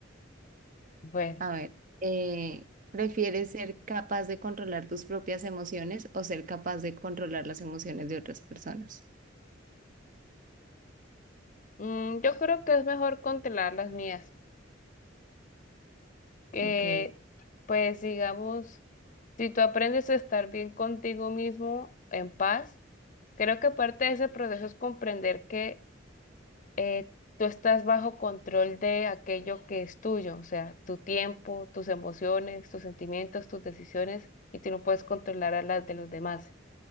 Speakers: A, on the left; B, on the right.
A: Bueno,
B: A ver, eh, ¿prefieres ser capaz de controlar tus propias emociones o ser capaz de controlar las emociones de otras personas?
A: mm, yo creo que es mejor controlar las mías. Eh,
B: Ok,
A: pues digamos, si tú aprendes a estar bien contigo mismo, en paz, creo que parte de ese proceso es comprender que eh, tú estás bajo control de aquello que es tuyo, o sea, tu tiempo, tus emociones, tus sentimientos, tus decisiones, y tú no puedes controlar a las de los demás.